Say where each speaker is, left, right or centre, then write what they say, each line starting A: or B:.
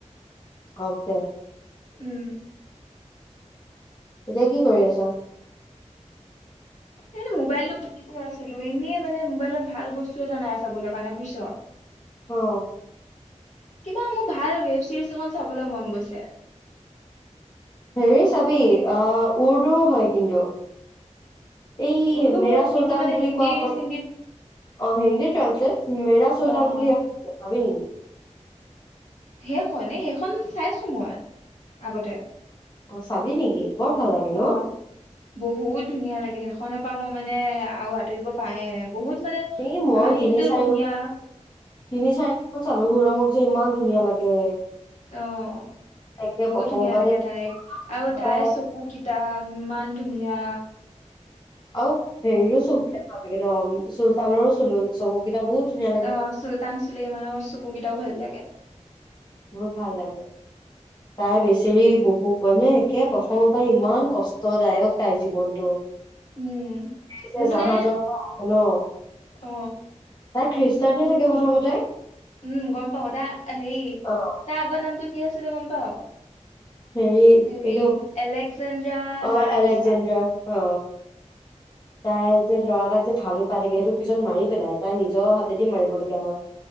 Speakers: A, on the left; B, on the left.
A: হওক দে
B: উম
A: এতিয়া কি কৰি আছ?
B: এনে মোবাইলটো টিপি আছিলো এনেই মানে মোবাইলত ভাল বস্তু এটা নাই চাবলৈ কাৰণে বুজিছ
A: অ।
B: কিবা মোক ভাল ৱেব চিৰিজ এখন চাবলৈ মন গৈছে।
A: হেৰি চাবি অ উৰ্দু হয় কিন্তু এই
B: উৰ্দু
A: মেৰা
B: হয়
A: চুলতান
B: কিন্তু মানে
A: বুলি
B: হিন্দী
A: কোৱাখন।
B: চিন্দিত
A: অ হিন্দী ট্ৰান্সলেট মেৰা চুলতান
B: অ
A: বুলি
B: অ
A: এখন চাবি নেকি?
B: সেইখন এই সেইখন চাইছো মই আগতে।
A: অ চালি নেকি বৰ ভাল লাগে
B: অ
A: ন?
B: বহুত ধুনীয়া লাগে সেইখনৰ পৰা মই মানে আৰু আঁতৰিব পাৰাই নাই বহুত মানে
A: এই মই
B: কাহানীটো
A: তিনি চাৰিবাৰ
B: ধুনিয়া
A: তিনি চাৰি বাৰ মান চালো ঘৰমক যে ইমান ধুনীয়া লাগে।
B: অঁ।
A: তাকে
B: বহুত
A: প্ৰথমৰ
B: ধুনীয়া
A: পৰা
B: লাগে
A: যে
B: তাইক আৰু
A: কেতিয়াবাই
B: তাইৰ চকু কেইটা ইমান ধুনীয়া
A: আৰু হেৰি চকুকেইটা ভাল লাগে ন চুলতানৰো চল চকুকেইটা বহুত ধুনীয়া লাগে
B: অ চুলতান চুলি মেলি চকুকেইটাও ভাল লাগে।
A: বহুত ভাল লাগে।
B: <inaudible>
A: তাই বেচৰি বহু মানে একে প্ৰথমৰ পৰা ইমান কষ্টদায়ক তাইৰ জীৱনটো।
B: উম
A: এতিয়া
B: মোৰ মানে
A: জাহাজ ন
B: অ
A: তাই খ্ৰীষ্টানহে থাকে প্ৰথমতে
B: উম গম পাও তাৰ হেৰি
A: অ
B: তাৰ আগৰ নামটো কি আছিলে গম পাৱ?
A: হেৰি
B: হেৰি
A: এইটো
B: এলেক্সজেন্দ্ৰ
A: অ
B: লাৰোচা
A: আলেকজেণ্ডাৰ অ।
B: <inaudible>
A: তাই যে ল'ৰা এটাক যে ভালো পাই থাকে সেইটোক পিছত মাৰি পেলাই তাই নিজৰ হাতেদি মাৰিব লগীয়া হয়